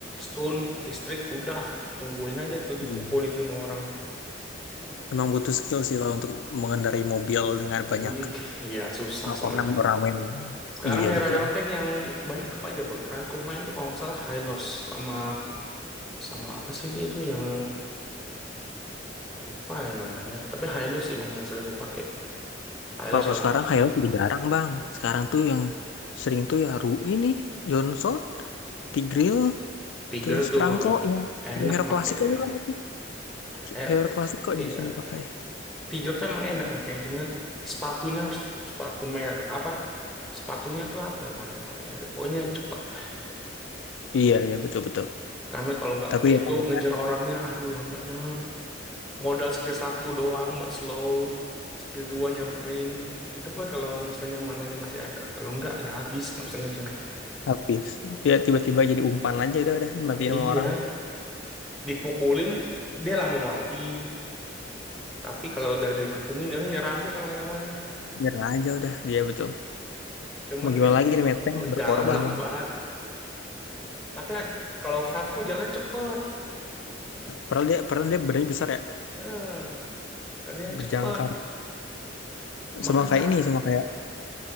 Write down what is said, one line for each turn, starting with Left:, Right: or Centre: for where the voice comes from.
Centre: Stun, listrik, udah tungguin aja tuh dipukulin
Left: Iya.
Centre: sama orang.
Left: Emang butuh skill sih kalau untuk mengendarai mobil dengan banyak
Centre: Hmm, <laughs> ya susah
Left: uh,
Centre: soalnya
Left: ornamen-ornamen.
Centre: itu. Sekarang
Left: Iya
Centre: hero-hero
Left: betul.
Centre: tank yang banyak apa aja bang? Terakhir ku main tuh kalau nggak salah Hylos sama sama apa sih dia itu yang lupa ya namanya. Tapi Hylos sih bang yang sering ku pakai. Hylos
Left: Kalau
Centre: sama
Left: sekarang Hilux udah jarang bang. Sekarang tuh yang sering tuh ya Ru ini Johnson, Tigreal,
Centre: Tiger
Left: terus
Centre: tuh
Left: Prangko ya. Hero-hero
Centre: enak makainya.
Left: klasik aja bang itu.
Centre: Eh,
Left: Hero
Centre: t-
Left: klasik kok
Centre: iya
Left: yang sini pakai.
Centre: Tiger tuh emang enak makanya cuman sepatunya harus sepatu mer apa sepatunya tuh apa yang kemarin gue pakai ya? pokoknya cepet dah
Left: Iya, ya betul-betul.
Centre: karena kalau nggak
Left: Tapi
Centre: pakai
Left: ya
Centre: itu
Left: namanya
Centre: ngejar orangnya aduh lambatnya modal skill satu doang buat slow skill dua nyamperin itu pun kalau misalnya mananya masih ada kalau nggak ya habis nggak bisa ngejar
Left: habis. Dia tiba-tiba jadi umpan aja udah, udah dimatiin
Centre: iya
Left: sama orang.
Centre: dipukulin dia lama mati tapi kalau udah dikepungin dia nyerah aja kalau nggak ada mana
Left: Nyerah aja udah dia betul.
Centre: cuman
Left: Mau gimana
Centre: kan
Left: lagi nih Meteng berkorban
Centre: jalan lambat
Left: bang.
Centre: tapi ad- kalau Franco jalan cepet
Left: Padahal dia, padahal dia badannya besar ya,
Centre: Eh, kerjanya
Left: berjangkar.
Centre: cepat. Makanya
Left: Sama kayak ini, sama kayak,